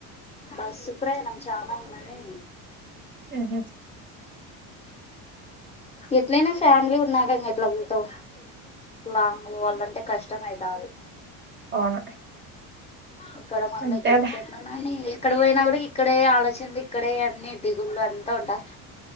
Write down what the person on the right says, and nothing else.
ఉహు
అవును
అంతేలే